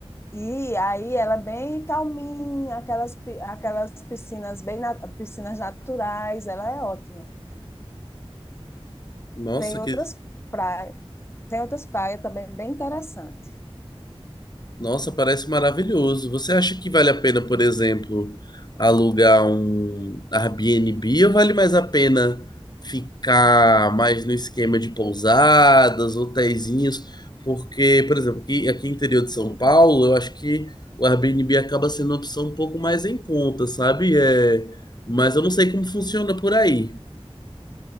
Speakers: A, on the left; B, on the left.
A: E aí ela é bem calminha, aquelas, pi- aquelas piscinas bem na- piscinas naturais, ela é ótima.
B: Nossa,
A: Tem outras
B: que,
A: praias, tem outras praias também bem interessantes.
B: Nossa, parece maravilhoso. Você acha que vale a pena, por exemplo, alugar um Airbnb ou vale mais a pena ficar mais no esquema de pousadas, hotéisinhos? Porque, por exemplo, aqui, aqui no interior de São Paulo, eu acho que o Airbnb acaba sendo uma opção um pouco mais em conta, sabe? É... Mas eu não sei como funciona por aí.